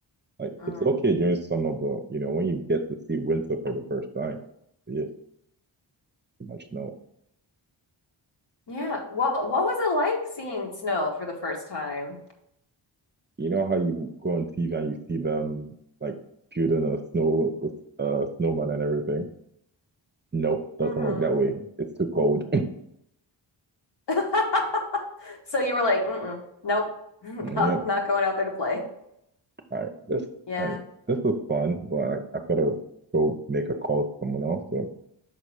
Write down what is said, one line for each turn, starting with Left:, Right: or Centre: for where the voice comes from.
Right: like
Left: Mm.
Right: it's okay during summer, but you know, when you get to see winter for the first time, you just too much No,
Left: Yeah. Well, what was it like seeing snow for the first time?
Right: You know how you go on TV and you see them like building a snow, uh, snowman and everything? Nope, doesn't
Left: hmm
Right: work that way. It's too cold. <laughs>
Left: <laughs> So you were like, Mm-mm, nope, <laughs> not
Right: Yeah.
Left: not going out there to play.
Right: All right, this
Left: Yeah.
Right: all right, this was fun, but I, I gotta go make a call to someone else. So